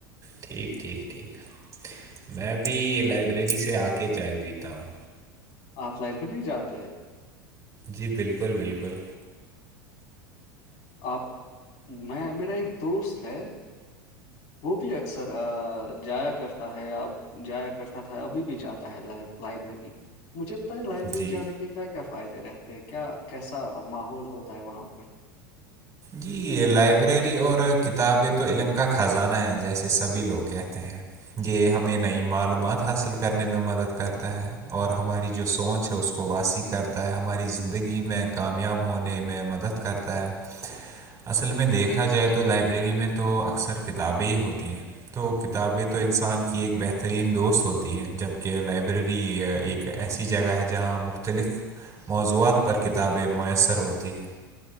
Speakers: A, on the right; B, on the left.
A: ٹھیک ٹھیک ٹھیک میں بھی لائبریری سے آ کے چائے پتا ہوں
B: آپ لائن پ نہیں جاتے
A: جی بالکل بالکل
B: آپ میں میرا ایک دوست ہے وہ بھی اکثر جایا کرتا ہےیا جایا کرتا تھا ابھی بھی جاتا ہے ل لائبریری مجھے پتتا ہے لائبریری
A: جی
B: جان کیا کیا فائدے رہتے ہیں کیا کیسا ماحول ہوتا ہے وہاں پر
A: جی لائبریری اور کتابیں تو علم کا خزانہ ہے جیسے سبھی لوگ کہتے ہیں یہ ہمیں نئی معلومات حاصل کرنے میں مدد کرتا ہے اور ہماری جو سوچ ہے اس کو واسی کرتا ہے ہماری زندگی میں کامیاب ہونے میں مدد کرتا ہے اصل میں دیکھا جائے تو لائبریری میں تو اکثر کتابیں ہی ہوتی ہیں تو کتابیں تو انسان کی ایک بہترین دوست ہوتی ہیں جبکہ لائبریری ایک ایک ایسی جگہ ہے جہاں مختلف موضوعات پر کتابیں میسر ہوتی ہے